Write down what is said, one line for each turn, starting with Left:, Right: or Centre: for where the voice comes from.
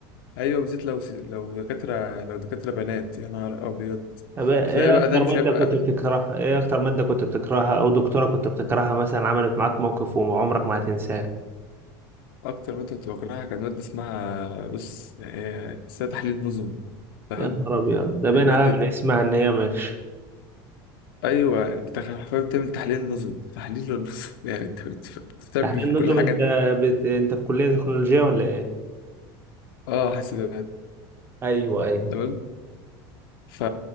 Left: أيوه بالذات لو لو دكاترة لو دكاترة بنات يا نهار أبيض
Right: طب إيه
Left: تلاقي بقى
Right: أكتر
Left: ده مش
Right: مادة
Left: هيبقى
Right: كنت بتكرهها إيه أكتر مادة كنت بتكرهها أو دكتورة كنت بتكرهها مثلا عملت معاك موقف وعمرك ما هتنساه
Left: أكتر مادة كنت بكرهها كان مادة اسمها بص يعني اسمها تحليل نظم تمام
Right: يا نهار أبيض ده باين
Left: المادة
Right: عليها
Left: دي
Right: من اسمها إن هي مش
Left: ايوه انت حرفيا بتعمل تحليل نظم تحليل للنظم <laughs> يعني انت بت- بتعمل
Right: تحليل
Left: كل
Right: النظم
Left: حاجه
Right: أنت بت... أنت في كلية تكنولوجيا ولا إيه؟
Left: اه حاسبات
Right: أيوه أيوه
Left: تمام ف...